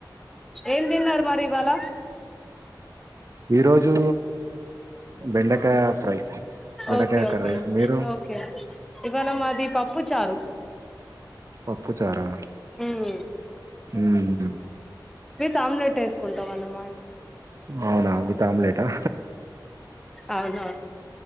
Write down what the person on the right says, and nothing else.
ఈ రోజు బెండ కాయ ఫ్రై, బెండకాయ
కర్రీ మీరు
పప్పు, చారా
ఉమ్
అవునా విత్ ఆమ్లెటా